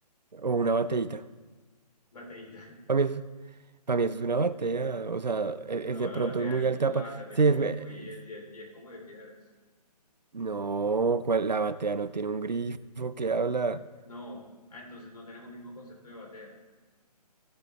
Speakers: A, on the right (about 85°); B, on the left (about 65°).
A: o una bateíta.
B: Bateíta. <laughs>
A: Para mí, es- pa' mí eso es una batea. O sea, es,
B: No,
A: es de
B: la
A: pronto
B: batea,
A: es muy
B: el-
A: alta.
B: la
A: pa-
B: batea tiene
A: Sí,
B: un
A: es,
B: grifo
A: me- es-
B: y es, y es, y es como de piedra.
A: no, ¿cuál? la batea no tiene un grifo que habla.
B: No, ah, entonces no tenemos el mismo concepto de batea.